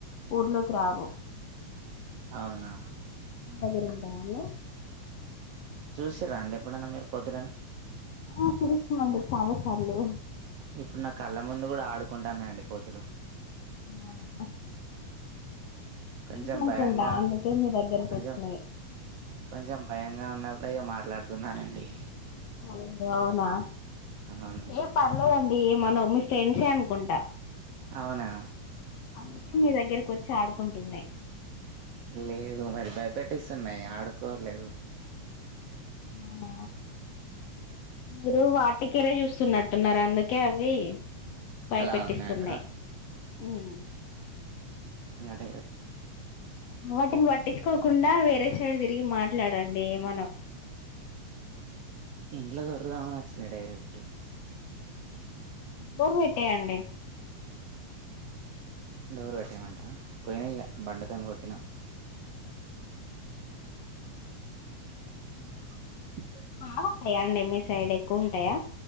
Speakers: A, on the left; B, on the right.
A: ఊర్లోకి రావు
B: అవునా
A: అగర ఉంటాయా అండి
B: చూసి రాంది ఎప్పుడన్నా మీరు కుద్దురని
A: ఆ చూస్ండి చాల చల్లు
B: ఇప్పుడు నా కళ్ళ ముందు కూడా ఆడుకుంటానండి కోతులు
A: ఆవు
B: కొంచెం
A: ఎ అనుకుంటా
B: భయంగా
A: అందుకే మీ దగ్గరకు
B: కొంచెం
A: వచ్చినాయి
B: కొంచెం భయంగా ఉన్నప్పుడు ఇక మాట్లాడుతున్నానండి
A: ఓ అవునా
B: అవును
A: ఏ పర్లేదండి మనం మీ ఫ్రెండ్సే అనుకుంటా
B: అవునా
A: అందుకే మీ దగ్గరకు వచ్చి ఆడుకుంటున్నాయి
B: లేదు మరి భయపెట్స్తున్నాయి ఆడుకోవలేదు
A: అ మీరు వాటికర చూస్తున్నట్టున్నారు అందుకే అవి భయపెట్టిస్తున్నాయి
B: అలా ఉవున్నా అంట్రా
A: ఉమ్.
B: <unintelligible>
A: వాటిని పట్టించుకోకుండా వేరే సైడ్ తిరిగి మాట్లాడండి మనం
B: ఇంట్లో చరుదాచ్చన్నడైలు ఇట్టు
A: రు పెట్టేయండి
B: డోరు గట్టేమంటరా పోయినా ఇక బండతను కొట్టిన <unintelligible>
A: బాగుంటాయా అండి మీ సైడ్ ఎక్కువ ఉంటాయా